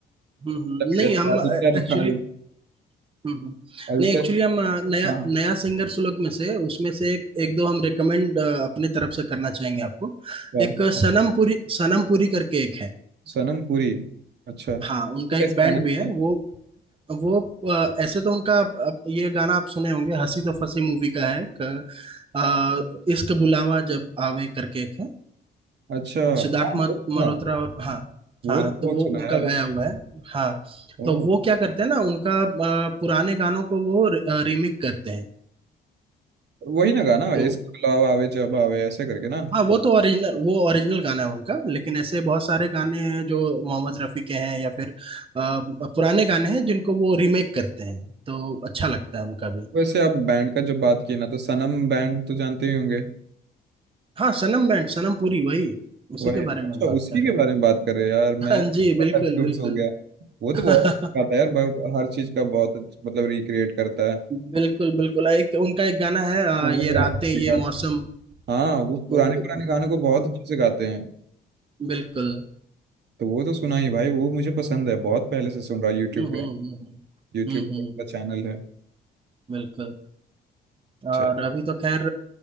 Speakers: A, on the right; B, on the right.
A: हम्म हम्म,
B: तब
A: नहीं
B: जैसे
A: हम
B: आदित्य
A: एक्चुअली
B: रिखारी
A: हम्म हम्म,
B: आदित्य
A: नहीं एक्चुअली हम अ, नया
B: हाँ
A: नया सिंगर सुलग में से उसमें से एक एक दो हम रेकमेंड अपने तरफ से करना चाहेंगे आपको
B: हाँ,
A: एक अ,
B: हाँ,
A: सनम पुरी सनम पुरी करके एक है
B: सनम पुरी अच्छा वो
A: हाँ उनका
B: कैसे
A: एक बैंड
B: गाने थे
A: भी है वो वो अ, ऐसे तो उनका अब ये गाना आप सुने होंगे हंसी तो फंसी मूवी का है क, अ, इश्क बुलावा जब आवे करके एक है
B: अच्छा हाँ
A: सिद्धार्थ मल-
B: वो तो सुना
A: मल्होत्रा और हाँ
B: वो
A: हाँ
B: तो बहुत
A: तो वो
B: सुना
A: उनका
B: यार
A: गाया हुआ है हाँ तो
B: ओ
A: वो क्या करते हैं ना उनका अ, पुराने गानों को वो रिमिक करते हैं
B: वही ना गाना
A: तो
B: इश्क बुलावा आवे जब आवे ऐसे करके ना
A: हाँ वो तो ओरिजिनल वो ओरिजिनल गाना है उनका लेकिन ऐसे बहुत सारे गाने हैं जो मोहम्मद रफ़ी के हैं या फिर अ, पुराने गाने हैं जिनको वो रीमेक करते हैं तो अच्छा लगता है उनका भी
B: वैसे आप बैंड का जब बात किए ना तो सनम बैंड तो जानते ही होंगे
A: हाँ सनम बैंड सनम पुरी वही उसी
B: वही
A: के
B: अच्छा
A: बारे में हम बात
B: उसी
A: कर रहे
B: के
A: हैं
B: बारे में बात कर रहे हैं यार
A: हाँ
B: मैं
A: जी बिल्कुल
B: कंफ्यूज
A: बिल्कुल
B: हो गया वो तो
A: <laughs>
B: बहुत अच्छा था यार ब- हर चीज का बहुत अच्छा- मतलब रिक्रिएट करता है
A: बिल्कुल बिल्कुल एक उनका एक गाना है अ,
B: पुराने
A: ये
B: पुराने
A: रातें ये
B: गाने-
A: मौसम
B: हाँ वो पुराने
A: वो भी
B: पुराने गानों को
A: बहुत
B: बहुत अच्छे से गाते हैं
A: बिल्कुल
B: तो वो तो सुना ही भाई वो मुझे पसंद है बहुत पहले से सुन रहा है यूट्यूब
A: हम्म हम्म
B: पे
A: हम्म
B: यूट्यूब
A: हम्म, हम्म, हम्म,
B: पे का
A: हम्म,
B: चैनल है
A: बिल्कुल और
B: चलिए
A: अभी तो खैर